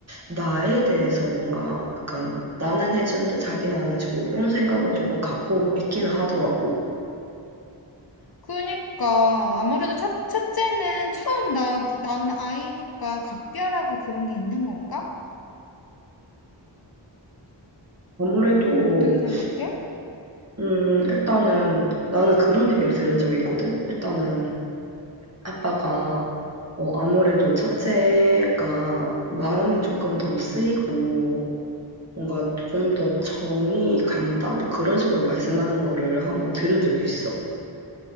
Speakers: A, on the right; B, on the left.
A: 나에 대해서 뭔가 약간 나는 해주는데 자기는 안 해주고 이런 생각을 조금 갖고 있기는 하더라고.
B: 그러니까 아무래도 첫, 첫째는 처음 낳, 낳은 아이니까 각별하고 그런 게 있는 건가?
A: 아무래도
B: 어떻게 생각해?
A: 음 일단은 나는 그런 얘기를 들은 적이 있거든. 일단은 아빠가 어, 아무래도 첫째가 마음이 조금 더 쓰이고 뭔가 좀 더 정이 간다? 뭐 그런 식으로 말씀하는 거를 한번 들은 적이 있어.